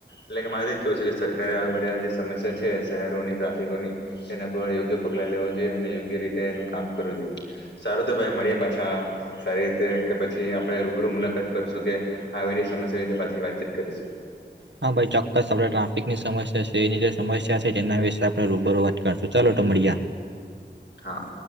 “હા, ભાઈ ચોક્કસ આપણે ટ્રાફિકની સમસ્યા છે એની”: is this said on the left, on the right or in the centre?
Right